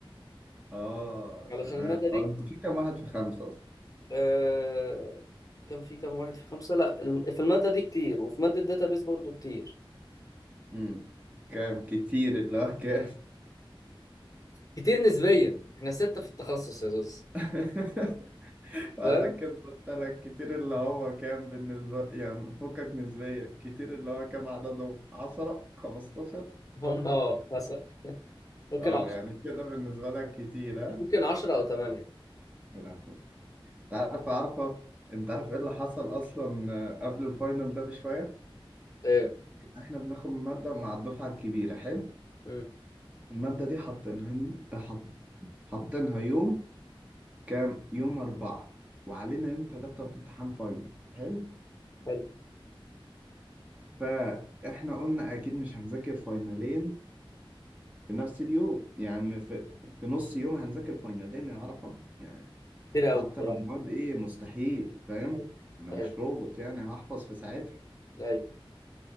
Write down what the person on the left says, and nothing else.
علشان
الماده دي
آه، كان في كام واحد في خمسة لا الم- في المادة دي كتير وفي مادة داتابيز برضو كتير
كتير نسبيا احنا ستة في التخصص يا زوز
فاهم
هم اه مثلا ممكن
عشرة
ممكن عشرة أو تمانية
ايه
امم
حلو
كتير
أوي بصراحة
أيوه
أيوه
أيوه